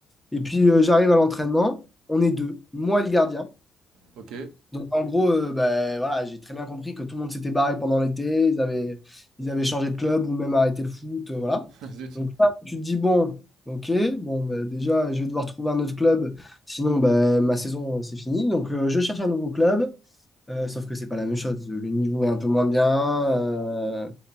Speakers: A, in the centre; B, on the right.
A: Et puis, euh, j'arrive à l'entraînement. On est deux. Moi, et le gardien.
B: Ok,
A: Donc, en gros, euh, ben, voilà, j'ai très bien compris que tout le monde s'était barré pendant l'été, ils avaient, ils avaient changé de club ou même arrêté le foot, euh, voilà.
B: <laughs> zut,
A: Donc là, tu te dis, bon, ok, bon, ben, déjà, je vais devoir trouver un autre club, sinon ben, ma saison, euh, c'est fini. Donc, euh, je cherche un nouveau club, euh, sauf que c'est pas la même chose. Le niveau est un peu moins bien, euh,